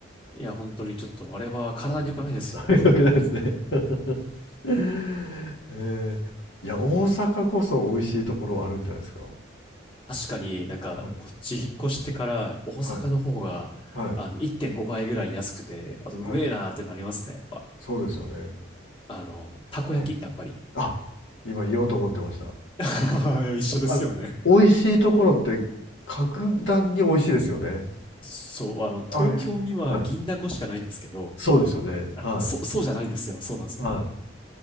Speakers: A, on the left; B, on the left.
A: いや、本当にちょっと、あれは体に良くないですよ。
B: はい
A: <laughs>
B: <laughs>。よくないですね。<laughs> えーいや、大阪こそ美味しいところあるんじゃないですか。
A: 確かになんか、
B: はい。
A: こっち引っ越してから、大阪の方が、
B: はい。はい。
A: あの、1.5倍ぐらい安くて、あと、うめえなーっていうのありますね、
B: はい。
A: やっぱ。
B: そうですよね。
A: あの、たこ焼きやっぱり。
B: はい。あ、今言おうと思ってました。
A: <laughs> 一緒ですよね。
B: あの、美味しいところって格段に美味しいですよね。
A: そう、あの、東京には銀だこしかないんですけど、
B: あれ。はい。そうですよね。
A: あの、
B: は
A: そう、そうじゃないんですよ。そうなんですよ。
B: い。はい。